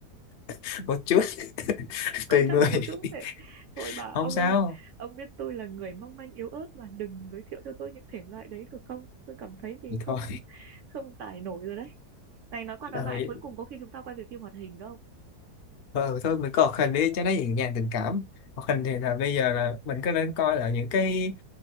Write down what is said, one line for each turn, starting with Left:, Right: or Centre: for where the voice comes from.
Left: <laughs> một chút
Right: có
Left: tùy
Right: chắc
Left: người
Right: là một chút đấy. Thôi
Left: <laughs>
Right: bà
Left: không
Right: ông
Left: sao
Right: ơi, ông biết tôi là người mong manh yếu ớt mà đừng giới thiệu cho tôi những thể loại đấy được không? Tôi cảm thấy mình
Left: thì
Right: không
Left: thôi
Right: không tải nổi rồi đấy. Này nói qua
Left: <laughs>
Right: nói lại
Left: rồi
Right: cuối cùng có khi chúng ta quay về phim hoạt hình đúng không?
Left: ờ, thôi mình coi hoạt hình đi cho nó nhẹ nhàng tình cảm hoạt hình thì là bây giờ là mình có nên coi là những cái